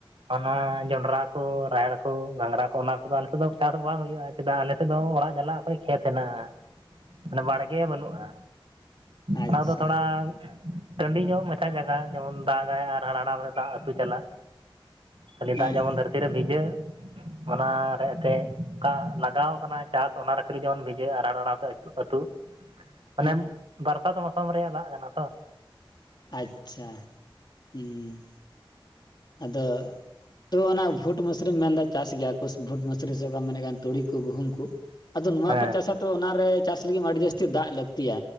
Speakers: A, on the right; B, on the left.
A: ᱚᱱᱟ ᱡᱚᱸᱱᱰᱨᱟ ᱠᱚ ᱨᱟᱦᱮᱲ ᱠᱚ ᱜᱷᱟᱸᱜᱽᱨᱟ ᱠᱚ ᱚᱱᱟ ᱠᱚᱫᱚ ᱟᱞᱮᱥᱮᱜ ᱫᱚ ᱪᱟᱥ ᱫᱚ ᱵᱟᱝ ᱦᱩᱭᱩᱜᱼᱟ᱾ ᱪᱮᱫᱟᱜ ᱟᱞᱮ ᱥᱮᱫ ᱫᱚ ᱚᱲᱟᱜ ᱡᱟᱞᱟᱜ ᱠᱷᱟᱡ ᱠᱷᱮᱛ ᱦᱮᱱᱟᱜᱼᱟ ᱢᱟᱱᱮ ᱵᱟᱲᱜᱮ ᱵᱟᱹᱱᱩᱜᱼᱟ᱾
B: ᱟᱪᱪᱷᱟ
A: ᱚᱱᱟ ᱫᱚ ᱛᱷᱚᱲᱟ ᱴᱟᱺᱰᱤ ᱧᱚᱜ ᱢᱟᱪᱷᱟ ᱡᱟᱜᱟ ᱡᱮᱢᱚᱱ ᱫᱟᱜᱟᱭ ᱟᱨ ᱦᱟᱲᱦᱟᱲᱟᱣ ᱠᱟᱛᱮ ᱫᱟᱜ ᱟᱹᱛᱩ ᱪᱟᱞᱟᱜᱼᱟ᱾ ᱠᱷᱟᱹᱞᱤ
B: ᱦᱮᱸ
A: ᱫᱟᱜ ᱡᱮᱢᱚᱱ ᱫᱷᱟᱹᱨᱛᱤ ᱨᱮ ᱵᱷᱤᱡᱟᱹᱜ᱾
B: <inaudible>
A: ᱚᱱᱟ ᱨᱮ ᱮᱛᱮᱜ ᱚᱠᱟ ᱞᱟᱜᱟᱣ ᱠᱟᱱᱟ ᱪᱟᱥ ᱚᱱᱟ ᱨᱮ ᱠᱷᱟᱞᱤ ᱡᱮᱢᱚᱱ ᱵᱷᱤᱡᱟᱹᱜ ᱟᱨ ᱦᱟᱲᱦᱟᱲᱟᱣ ᱛᱮ ᱟᱹᱛᱩ
B: <inaudible>
A: ᱢᱟᱱᱮ ᱵᱟᱨᱥᱟᱛ ᱢᱳᱥᱳᱢ ᱨᱮᱭᱟᱜ ᱫᱟᱜ ᱠᱟᱱᱟ ᱛᱚ᱾
B: ᱟᱪᱪᱷᱟ ᱦᱩᱸ ᱟᱫᱚ ᱛᱚ ᱚᱱᱟ ᱵᱷᱩᱴ, ᱢᱤᱥᱨᱤ ᱢᱮᱱᱫᱟ ᱪᱟᱥ ᱜᱮᱭᱟ ᱠᱚ ᱵᱷᱩᱴ, ᱢᱤᱥᱨᱤ ᱥᱮ ᱚᱠᱟᱢ ᱢᱮᱱᱮᱜ ᱠᱟᱱ ᱛᱩᱲᱤ ᱠᱚ, ᱜᱩᱦᱩᱢ ᱠᱚ ᱟᱫᱚ ᱱᱚᱣᱟ
A: ᱦᱮᱸ
B: ᱠᱚ ᱪᱟᱥᱟᱛᱚ ᱚᱱᱟᱨᱮ ᱪᱟᱥ ᱞᱟᱹᱜᱤᱜ ᱢᱟ ᱟᱹᱰᱤ ᱡᱟᱹᱥᱛᱤ ᱫᱟᱜ ᱞᱟᱹᱠᱛᱤᱭᱟ᱾